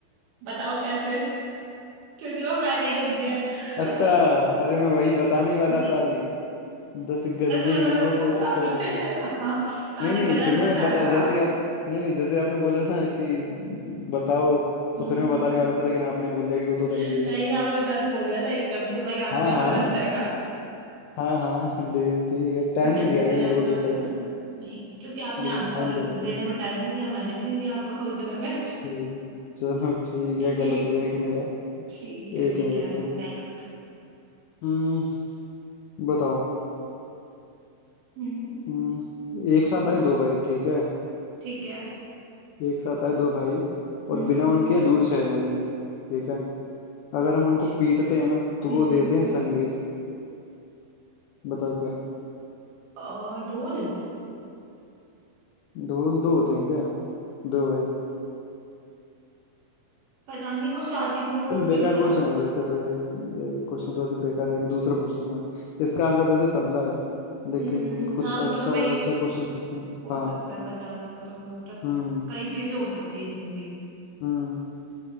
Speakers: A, on the right; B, on the left.
A: बताओ कैसे क्योंकि वो पहले ही गंजे है
B: अच्छा
A: <laughs>
B: अरे मैं वही बताने ही वाला
A: दस
B: था अभी दस गंजे
A: रुपए
B: ही है ना
A: बताया
B: वो तो वो तो खैर
A: आपने हाँ तो आपने
B: नहीं नहीं
A: गलत
B: फिर मैं
A: बताया
B: बता
A: ना
B: जैसे ही आप नहीं नहीं जैसे आपने बोला ना कि बताओ
A: हम्म
B: तो फिर मैं बताने वाला था लेकिन आपने बोल दिया कि वो तो गंदे
A: नहीं
B: हैं
A: आपने दस बोल दिया था एकदम से वही आंसर
B: हाँ हाँ
A: माना जाएगा
B: हाँ हाँ लेकिन ठीक है टाइम नहीं
A: गंजे
B: दिया गया
A: आए
B: मेरे को
A: तो
B: दो
A: क्या
B: सेकंड
A: नहीं क्योंकि आपने
B: मेरे
A: आंसर
B: को टाइम देना
A: देने
B: था
A: में टाइम नहीं दिया मैंने भी नहीं दिया आपको सोचने में
B: ठीक है चलो ठीक
A: ठीक
B: है गलत हो गया एक मेरा
A: ठीक है
B: एक
A: ठीक
B: नहीं
A: है
B: देते
A: नेक्स्ट
B: हम्म बताओ
A: हम्म
B: हम्म
A: पूछो
B: एक साथ आए दो भाई ठीक है
A: ठीक है
B: एक साथ आए दो भाई
A: हम्म
B: और बिना उनके दूर से है नहीं ठीक है अगर हम उनको
A: ठीक
B: पीटते
A: है
B: हैं ना तो वो
A: हम्म
B: देते हैं संगीत बताओ क्या
A: अ, ढोल
B: ढोल दो होते हैं क्या दो भाई
A: पता नहीं वो शादी में वो
B: चलो
A: भी
B: बेकार
A: बजाते
B: क्वेश्चन है वैसे तो ये ये क्वेश्चन तो वैसे बेकार है एक दूसरा पूछता हूँ मैं इसका आंसर वैसे तबला है लेकिन
A: हम्म
B: कुछ
A: हाँ
B: अच्छा
A: मतलब वही
B: अच्छा क्वेश्चन पूछता हूँ
A: हो
B: हाँ
A: सकता है बजाने का तो वो मतलब
B: हम्म
A: कई चीजें हो सकती है इसमें भी
B: हम्म